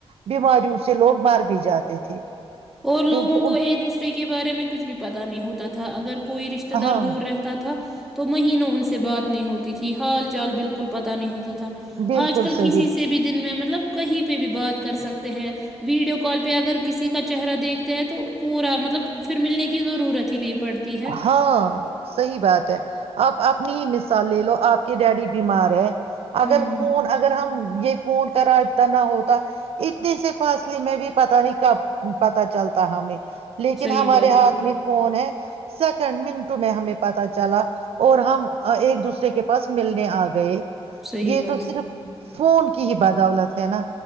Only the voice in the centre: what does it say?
اور لوگوں
کو
ایک دوسرے کے بارے میں کچھ بھی پتا نہیں ہوتا <unintelligible> کوئی رشتے دار
دور رہتا تھا تو مہینوں ان سے بات نہیں ہوتی تھی حال چال بالکل پتا نہیں ہوتا تھا
آج کل
کسی سے بھی دن میں مطلب کہیں پہ بھی بات کر سکتے ہیں ویڈیو کال پہ اگر کسی کا چہرہ دیکھتے ہیں تو پورا مطلب پھر ملنے کی ضرورت ہی نہیں پڑتی ہے
ہوں
صحیح
بات
ہے
صحیح
بات
ہے